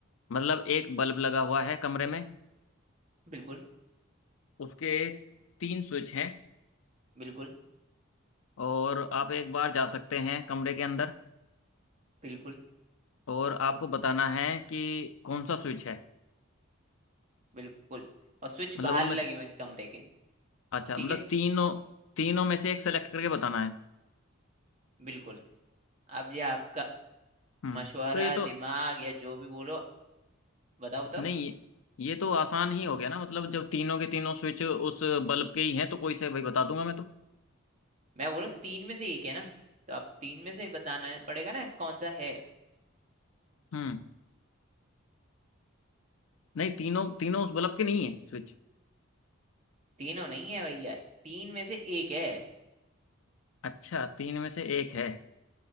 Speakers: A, on the left; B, on the right.
A: मतलब एक बल्ब लगा हुआ है कमरे में
B: बिल्कुल
A: उसके तीन स्विच हैं
B: बिल्कुल
A: और आप एक बार जा सकते हैं कमरे के अंदर
B: बिल्कुल
A: और आपको बताना है कि कौन सा स्विच है
B: बिल्कुल और स्विच
A: मतलब
B: बाहर
A: उनमें
B: लगे
A: से
B: हुए हैं कमरे के
A: अच्छा
B: ठीक
A: मतलब
B: है
A: तीनों तीनों में से एक सेलेक्ट करके बताना है
B: बिल्कुल अब ये आपका
A: हम्म
B: मशवरा
A: तो ये तो
B: दिमाग या जो भी बोलो बताओ बताओ
A: नहीं ये ये तो आसान ही हो गया ना मतलब जब तीनों के तीनों स्विच उस बल्ब के ही हैं तो कोई से भाई बता दूंगा मैं तो
B: मैं बोलूँ तीन में से एक है ना तो आप तीन में से बताना पड़ेगा ना कौन सा है
A: हम्म नहीं तीनों तीनों उस बल्ब के नहीं है स्विच
B: तीनों नहीं है भैया तीन में से एक है
A: अच्छा तीन में से एक है